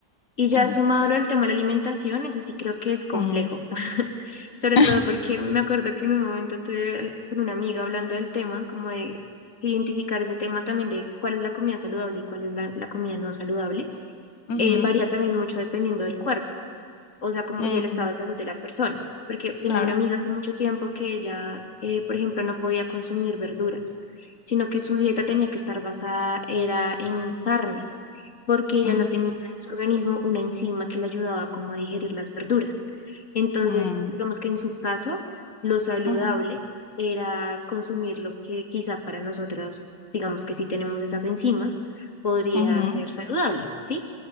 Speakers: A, on the left; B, on the left.
A: Y ya
B: Mm,
A: sumado al tema de la alimentación, eso sí creo que es complejo.
B: mm,
A: <laughs> Sobre
B: <laughs>
A: todo porque me acuerdo que en un momento estuve al- con una amiga hablando del tema, como de identificar ese tema también de cuál es la comida saludable y cuál es la, la comida no saludable.
B: ujú,
A: Eh, varía también mucho dependiendo del cuerpo. o sea, como
B: mm,
A: y el estado de salud de la persona, porque tenía
B: claro.
A: una amiga hace mucho tiempo que ella, eh, por ejemplo, no podía consumir verduras, sino que su dieta tenía que estar basada era en carnes, porque ella
B: Mm,
A: no tenía en su organismo una enzima que le ayudaba como a digerir las verduras. Entonces,
B: mm,
A: digamos que en su caso, lo saludable
B: ujú,
A: era consumir lo que quizá para nosotros, digamos que si tenemos esas enzimas, podría
B: ujú,
A: ser saludable, ¿sí?